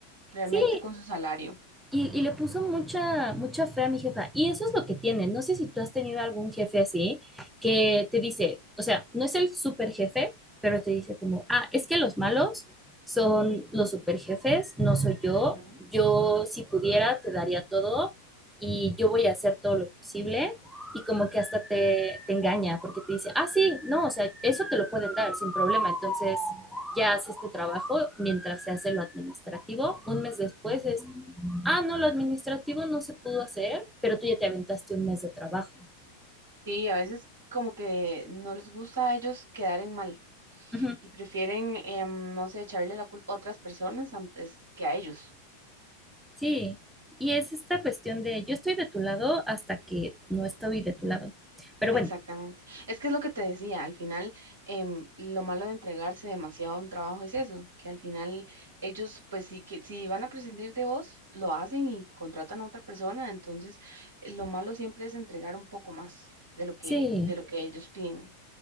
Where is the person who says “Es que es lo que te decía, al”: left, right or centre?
Right